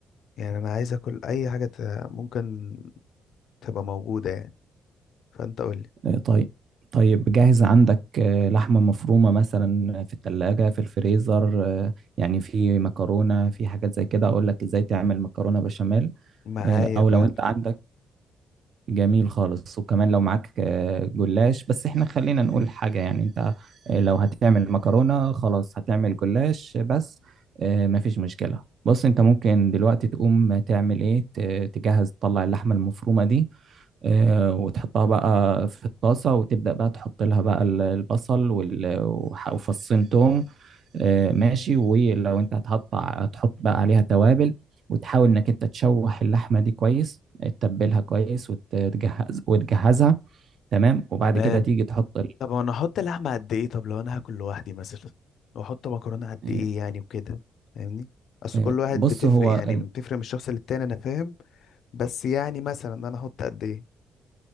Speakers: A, on the left; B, on the right.
A: يعني انا عايز اكل اي حاجة ت- ممكن تبقى موجودة يعني فانت قول لي
B: آه، طيب طيب جاهز عندك آه، لحمه مفرومه مثلا في الثلاجه في الفريزر آه، يعني في مكرونه في حاجات زي كده اقول لك ازاي تعمل مكرونه بشاميل
A: معايا
B: آه، او
A: فعلا
B: لو انت عندك جميل خالص وكمان لو معاك آه، جلاش بس احنا خلينا نقول حاجة يعني انت آه، لو هتعمل مكرونة خلاص هتعمل جلاش بس آه، مفيش مشكلة بص انت ممكن دلوقتي تقوم تعمل ايه ت- تجهز تطلع اللحمة المفرومة دي آه، وتحطها بقى في الطاسة وتبدأ بقى تحط لها بقى ال- البصل وال- وح- وفصين توم آه، ماشي ولو انت هتحط هتحط بقى عليها توابل وتحاول انك انت تشوح اللحمة دي كويس تتبلها كويس وتجهز وتجهزها تمام وبعد
A: تمام
B: كده تيجي تحط ال-
A: طب انا احط لحمة قد ايه طب لو انا هاكل لوحدي مثلا واحط مكرونة قد
B: آه،
A: ايه يعني وكده فاهمني اصل
B: آه،
A: كل واحد
B: بص
A: بتفرق
B: هو
A: يعني
B: ال-
A: بتفرق من الشخص للتاني انا فاهم بس يعني مثلا انا احط قد ايه